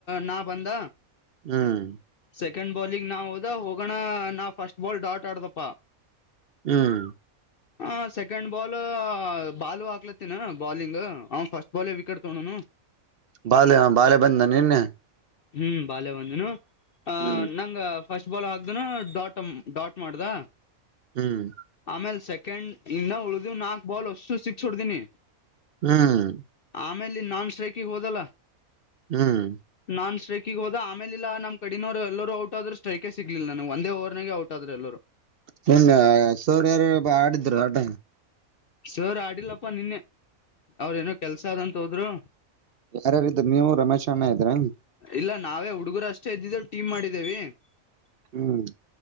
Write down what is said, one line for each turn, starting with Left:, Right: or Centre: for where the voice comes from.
Left: ನಾ ಬಂದ.
Right: ಹ್ಮ್.
Left: ಸೆಕೆಂಡ್ ಬಾಲಂಗಿ ನಾವ ಹೋದ ಹೋಗೋಣ ನಾ ಫಸ್ಟ್ ಬಾಲ್ ಡಾಟ್ ಆಡದಪ್ಪ.
Right: ಹ್ಮ್.
Left: ಹ ಸೆಕೆಂಡ್ ಬಾಲ್ ಬಾಲು ಹಾಕ್ಲತ್ತಿನ ಬಾಲಿಂಗ್. ಹ ಫಸ್ಟ್ ಬಾಲ್ಗಿ ವಿಕೆಟ್ ತೊಂಡುನು.
Right: ಬಾಲ್ ಬಾಳೆ ಬಂದ ನಿನ್ನೆ.
Left: ಹ್ಮ್ ಬಾಲ್ಯ ಒಂದನು ಆ
Right: ಹ್ಮ್
Left: ನಂಗ, ಫಸ್ಟ್ ಬಾಲ್ ಹಾಕ್ದನು ಡಾಟ್ ಡಾಟ್ ಮಾಡ್ದ
Right: ಹ್ಮ್
Left: ಆಮೇಲೆ ಸೆ ಕಂಡ್ ಇನ್ನ ಉಳ್ದವ್ ನಾಕ್ ಬಾಲ್ ಅಷ್ಟು ಸಿಕ್ ಹೊಡ್ದನಿ.
Right: ಹ್ಮ್.
Left: ಆಮೇಲೆ ನಾನ್ ಸ್ಟ್ರೈಕಿಗೆ ಹೋದಲ್ಲ.
Right: ಹ್ಮ್.
Left: ನಾನ್ ಸ್ಟ್ರೈಕಿಗೆ ಹೋದ ಅಮೇಲ ಇಲ್ಲ ನಮ್ಮ್ ಕಡಿನವರು ಎಲ್ಲರರು ಔಟ್ ಆದರು ಸ್ಟ್ರೈಕೇ ಸಿಗ್ಲಿಲ್ಲ ನವು ಒಂದ ಓವರ್ನಾಗ ಔಟ್ ಆದ್ರ ಎಲ್ಲರು.
Right: ನಿಮ್ ಸರ್ ಯಾರ್ಯಾರ ಆಡಿದ್ರು ಆಟ.
Left: ಸರ್ ಆಡಿಲ್ಲಪ್ಪಾ ನಿನ್ನೆ ಅವ್ರೇ ಏನೋ ಕೆಲ್ಸ ಅದಂತ ಹೋದ್ರು.
Right: ಯಾರ್ಯಾರಿದ್ರು ನೀವು ರಮೇಶ್ ಅಣ್ಣ ಇದ್ರ
Left: ಇಲ್ಲ ನಾವೇ ಹುಡುಗರು ಅಷ್ಟೇ ಇದ್ದಿದ್ದೇ ಟೀಮ್ ಮಾಡಿದ ದ್ದೇವಿ
Right: ಹ್ಮ್.